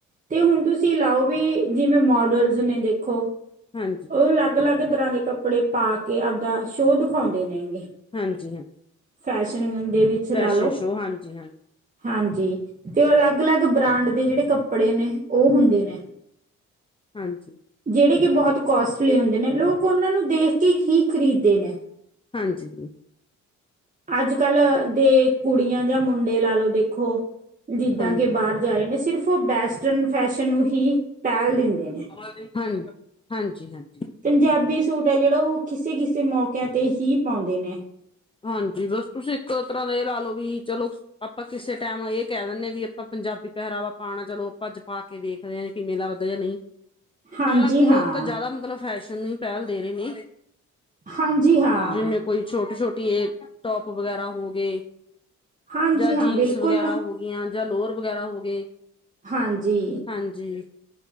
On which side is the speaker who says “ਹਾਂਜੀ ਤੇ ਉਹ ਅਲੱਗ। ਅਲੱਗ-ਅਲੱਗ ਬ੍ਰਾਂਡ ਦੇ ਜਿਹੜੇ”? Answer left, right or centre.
Right